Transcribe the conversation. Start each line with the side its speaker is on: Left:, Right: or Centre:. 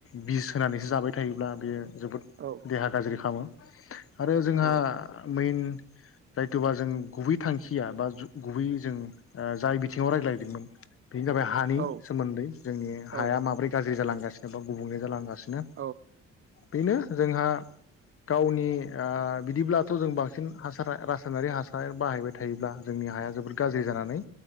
Left: बिस होनानैसो जाबाय थायोब्ला बेयो जोबोद
Right: औ
Left: देहा गाज्रि खालामो आरो जोंहा
Right: औ
Left: मेन जायथ'बा जों गुबै थांखिया बा गुबैयै जों ओ जाय बिथिङाव रायज्लायदोंमोन। बेनो जाबाय हानि
Right: औ
Left: सोमोन्दै जोंनि हाया
Right: औ
Left: माबोरै गाज्रि जालां गासिनो दं गुबुंले जालां सिनो
Right: औ
Left: बेनो जोंहा गावनि ओ बिदिब्लाथ' जों बांसिन हासार रासायनारि हासार बाहायबाय थायोब्ला जोंनि हाया जोबोर गाज्रि जानानै